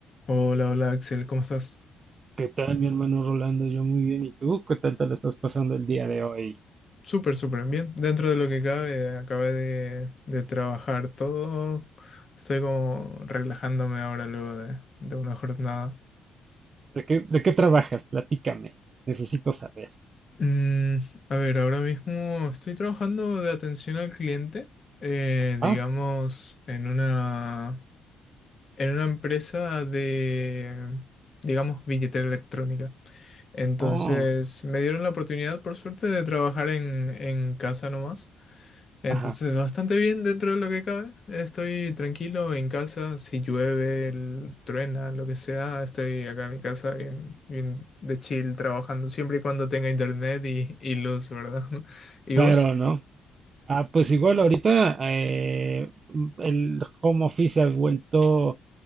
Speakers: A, on the left; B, on the right.
A: Hola, hola Axel, ¿cómo estás?
B: ¿Qué tal, mi hermano Rolando? Yo muy bien. ¿Y tú? ¿Qué tal te lo estás pasando el día de hoy?
A: Súper, súper bien. Dentro de lo que cabe, acabé de, de trabajar todo. Estoy como relajándome ahora luego de, de una jornada.
B: ¿De qué, de qué trabajas? Platícame. Necesito saber.
A: Mm, a ver, ahora mismo estoy trabajando de atención al cliente, eh, digamos,
B: Ah,
A: en una, en una empresa de, digamos, billetera electrónica. Entonces,
B: oh,
A: me dieron la oportunidad, por suerte, de trabajar en, en casa nomás. Entonces,
B: ajá.
A: bastante bien dentro de lo que cabe. Estoy tranquilo en casa. Si llueve, el- truena, lo que sea, estoy acá en mi casa bien, bien de chill trabajando, siempre y cuando tenga internet y, y luz, ¿verdad? <laughs> ¿Y
B: Claro,
A: vos?
B: ¿no? Ah, pues igual ahorita eh, el home office ha vuelto